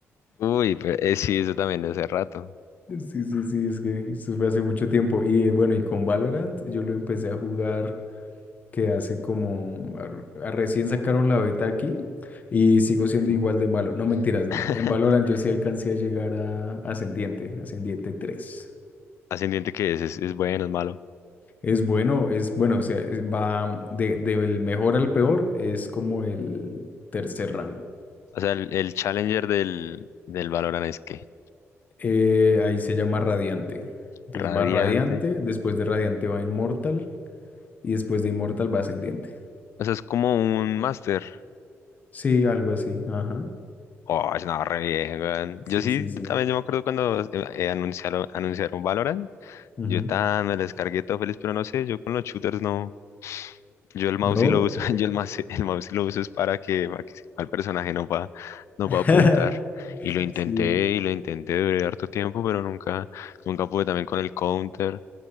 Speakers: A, on the left; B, on the left.
A: Uy, pero eh, sí, eso también de hace rato.
B: Sí, sí, sí, es que eso fue hace mucho tiempo. Y eh, bueno, y con Valorant yo lo empecé a jugar que hace como... ar- a- recién sacaron la beta aquí y sigo siendo
A: ¿Mm?
B: igual de malo. No, mentiras, no.
A: <laughs>
B: En Valorant yo sí alcancé a llegar a Ascendiente, Ascendiente 3.
A: Ascendiente que es, es, es bueno, es malo.
B: Es bueno, es bueno, o sea, es- va mm, de, del mejor al peor, es como el tercer rango.
A: O sea, el, el Challenger del, del Valorant es que
B: Eh, ahí se llama Radiante. Entonces
A: radiante.
B: va Radiante, después de Radiante va Inmortal y después de Inmortal va Ascendiente.
A: O sea, es como un máster.
B: Sí, algo así, ajá.
A: Oh, no, re bien, weón.
B: Sí,
A: Yo sí,
B: sí, sí.
A: también yo me acuerdo cuando eh, eh, anunciaron, anunciaron Valorant.
B: Ujú.
A: Yo tan me lo descargué todo feliz, pero no sé, yo con los shooters no. Yo el mouse
B: ¿No?
A: sí lo uso, <laughs> yo el mouse, el mouse sí lo uso es para que, para que sepa el personaje no va, no
B: <laughs>
A: va a apuntar. Y lo intenté
B: Sí,
A: y lo intenté durante harto tiempo, pero nunca, nunca pude también con el counter.